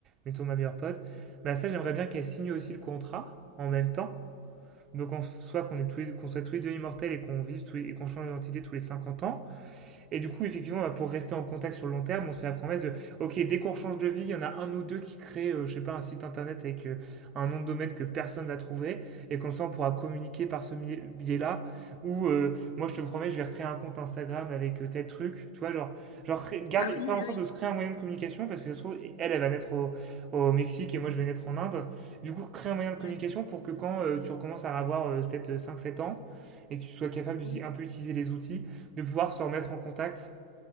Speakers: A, on the right; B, on the left.
A: mettons ma meilleure pote, bah ça, j'aimerais bien qu'elle signe aussi le contrat en même temps. Donc, en soit qu'on est tous les- qu'on soit tous les deux immortels et qu'on vive tous les- et qu'on change d'identité tous les 50 ans, et du coup, effectivement, bah, pour rester en contact sur le long terme, on se fait la promesse de, ok, dès qu'on change de vie, il y en a un ou deux qui créent, euh, je sais pas, un site internet avec euh, un nom de domaine que personne va trouver, et comme ça, on pourra communiquer par ce mi- biais-là. Ou euh, moi, je te promets, je vais recréer un compte Instagram avec euh, tel truc. Tu vois, genre, genre cré- garder,
B: Ah oui,
A: faire
B: oui,
A: en sorte
B: oui.
A: de se créer un moyen de communication, parce que ça se trouve, elle, elle va naître au, au Mexique et moi, je vais naître en Inde. Du coup, créer un moyen de communication
B: Ouais,
A: pour que quand euh, tu recommences à avoir euh, peut-être euh, cinq, sept ans, et que tu sois capable d'utiliser
B: oui,
A: un peu utiliser les outils, de pouvoir se remettre en contact,